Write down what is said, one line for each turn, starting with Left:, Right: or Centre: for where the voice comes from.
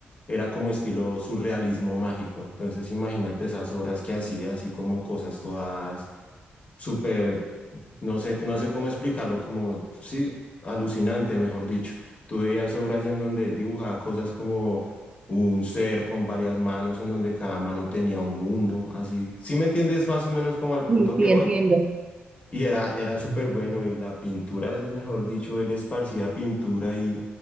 Left: era como estilo surrealismo mágico. Entonces imagínate esas obras que hacía, así como cosas todas súper, no sé, no sé cómo explicarlo, como, sí, alucinante, mejor dicho. Tú veías obras en donde él dibujaba cosas como un ser con varias manos, en donde cada mano tenía un mundo, así. ¿Sí me entiendes más o menos como al punto
Right: sí,
Left: que
Right: sí,
Left: voy?
Right: entiendo.
Left: Y era, era súper bueno y la pintura, es mejor dicho, él esparcía pintura y